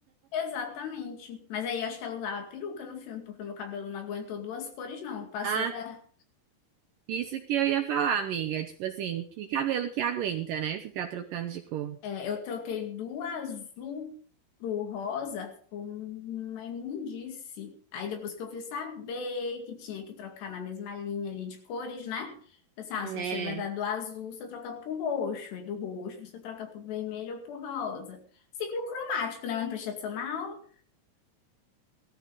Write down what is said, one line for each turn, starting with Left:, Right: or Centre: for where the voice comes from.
Left: Exatamente. Mas aí eu acho que ela usava peruca no filme, porque meu cabelo não aguentou duas cores, não. Passou
Right: Ah,
Left: da.
Right: isso que eu ia falar, amiga. Tipo assim, que cabelo que aguenta, né? Ficar trocando de cor.
Left: é, eu troquei do azul pro rosa, ficou uma imundice. Aí depois que eu fui saber que tinha que trocar na mesma linha ali de cores, né? Falei Assim, ah,
Right: Né?
Left: se você vai dar do azul, você troca pro roxo, e do roxo você troca pro vermelho ou pro rosa. Ciclo cromático, né? Uma prestação na-